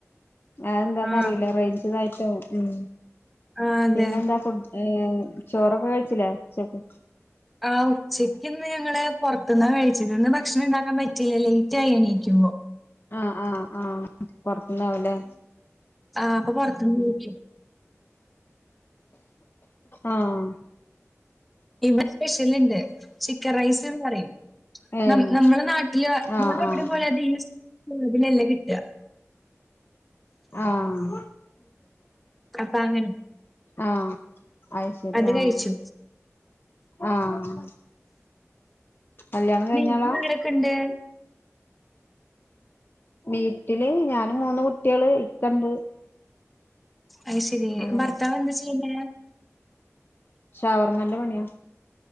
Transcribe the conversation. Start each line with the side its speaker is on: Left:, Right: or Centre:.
Left: അതെന്താന്നറിയില്ല
Centre: ആഹ്
Left: റേഞ്ച്തായിട്ടാവും. ഉം
Centre: ആഹ് അതെ.
Left: പിന്നെ എന്താ ഫുട് ഏ ചോറൊക്കെ കഴിച്ചില്ലേ ഉച്ചക്ക്
Centre: ആഹ് ഉച്ചയ്ക്ക്ന്ന് ഞങ്ങള് പൊറത്ത്ന്നാ കഴിച്ചത് ഇന്ന് ഭക്ഷണം ഇണ്ടാക്കാൻ പറ്റില്ല ലേറ്റ് ആയി എണീക്കുമ്പോ
Left: ആഹ് ആഹ് ആഹ് പുറത്തുന്നാവൂലേ
Centre: ആഹ് അപ്പൊ പുറത്ത്ന്ന് കഴിക്കും.
Left: ആഹ്
Centre: ഇവ സ്പെഷ്യൽ ഇണ്ട് ചിക്കൻ റൈസ്ന്ന് പറയും.
Left: ഏഹ്
Centre: ന നമ്മളെ നാട്ടില്
Left: ആഹ്
Centre: വേറെ എവിടേലും
Left: ആഹ്
Centre: പോയാൽ ഇത് <unintelligible> കിട്ട <unintelligible>
Left: ആഹ്
Centre: അപ്പ അങ്ങനെ
Left: ആഹ് അയിശരി
Centre: അത്
Left: ആഹ്
Centre: കഴിച്ചു
Left: ആഹ് കല്യാണം കഴിഞ്ഞാളാ
Centre: വീട്ടിലാരൊക്കെ ഇണ്ട്?
Left: വീട്ടില് ഞാനും മൂന്ന് കുട്ട്യാള് ഇക്കണ്ട്
Centre: അയ്ശരി
Left: അങ്ങനെ
Centre: ഭർത്താവ് എന്താ ചെയ്യുന്നേ?
Left: ഷവർമന്റെ പണിയാ